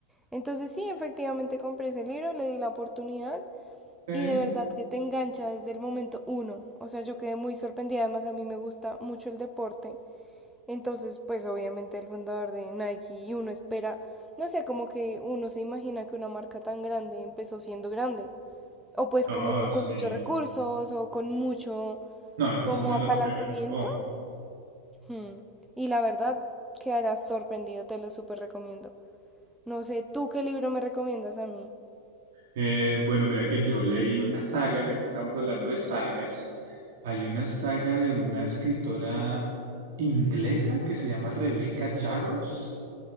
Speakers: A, in the centre; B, on the right (about 55°).
A: Entonces sí, efectivamente compré ese libro, le di la oportunidad
B: ok.
A: Y de verdad que te engancha desde el momento uno. O sea, yo quedé muy sorprendida. Además, a mí me gusta mucho el deporte. Entonces, pues obviamente el fundador de Nike y uno espera, no sé, como que uno se imagina que una marca tan grande empezó siendo grande. O pues
B: No,
A: como po-
B: sí.
A: con muchos recursos o con mucho
B: No, eso
A: como
B: sí no lo
A: apalancamiento.
B: creo yo.
A: Hmm. Y la verdad, quedarás sorprendido, te lo súper recomiendo. No sé, ¿tú qué libro me recomiendas a mí?
B: Eh, bueno, mira que yo leí una saga, ya que estamos hablando de sagas. Hay una saga de una escritora inglesa que se llama Rebecca Yarros.